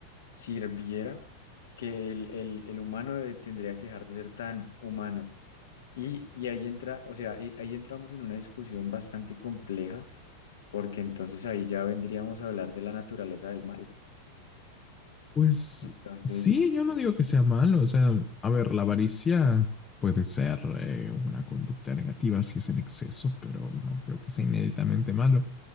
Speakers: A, on the left; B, on the left.
A: sirviera, que el, el, el humano de- tendría que dejar de ser tan humano. Y, y ahí entra, o sea, ahí, ahí entramos en una discusión bastante compleja, porque entonces ahí ya vendríamos a hablar de la naturaleza del mal.
B: Pues
A: Entonces,
B: sí, yo no digo que sea malo. O sea, a ver, la avaricia puede ser eh, una conducta negativa si es en exceso, pero no creo que sea inéditamente malo.